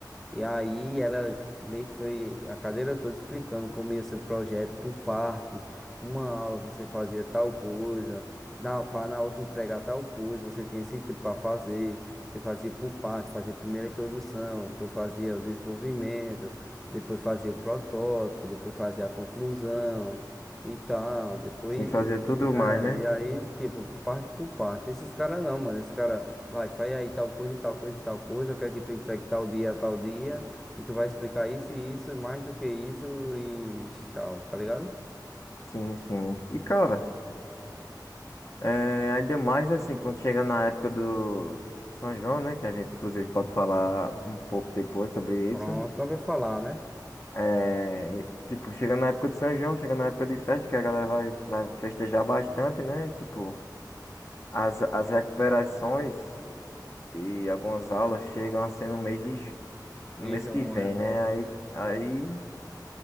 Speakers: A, in the centre; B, on the left (about 45°).
A: E aí ela meio que foi a cadeira toda explicando como ia ser o projeto por parte. Uma aula você fazia tal coisa, na, para na outra entregar tal coisa, você tinha esse tempo para fazer, você fazia por parte, fazia primeiro a introdução, depois fazia o desenvolvimento, depois fazia o protótipo, depois fazia a conclusão e tal, depois,
B: Sim,
A: é,
B: fazer tudo mais, né?
A: e aí, tipo, parte por parte. Esses caras não, mano, esses caras Vai, faz aí tal coisa e tal coisa e tal coisa. Eu quero que tu entregue tal dia, a tal dia. E tu vai explicar isso e isso, e mais do que isso e tchau, tá ligado?
B: Sim, sim. E, cara, é, ainda mais, assim, quando chega na época do São João, né? Que a gente, inclusive, pode falar um pouco depois sobre
A: Pronto,
B: isso.
A: não vai falar, né?
B: É, tipo, chega na época de São João, chega na época de festa, que a galera vai, vai festejar bastante, né? Tipo, as, as recuperações e algumas aulas chegam a ser no mês de, ju- no
A: De
B: mês
A: junho.
B: que vem, né? Aí, aí